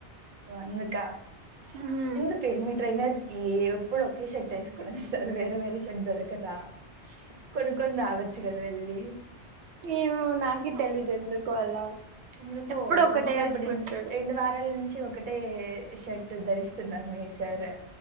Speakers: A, on the right (about 50°); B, on the right (about 80°).
A: అందుక
B: హ్మ్
A: ఎందుకే మీ ట్రేనర్ కి ఎప్పుడు ఒకే షర్ట్ వేసుకొని వస్తారు, వేరే వేరే షర్ట్ దొరకదా కొనుక్కొని రావచ్చు కదా వెళ్ళి
B: ఏమో నాకి తెలిదు ఎందుకు అలా
A: ఎందుకో
B: ఎప్పుడు ఒకటే
A: వచ్చినప్పుడు
B: వేసుకుంటాడు
A: రెండు వారాల నుంచి ఒకటే షర్ట్ ధరిస్తున్నారు మీ సార్